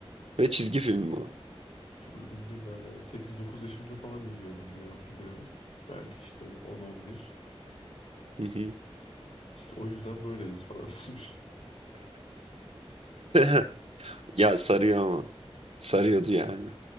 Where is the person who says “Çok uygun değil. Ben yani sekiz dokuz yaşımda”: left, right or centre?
Left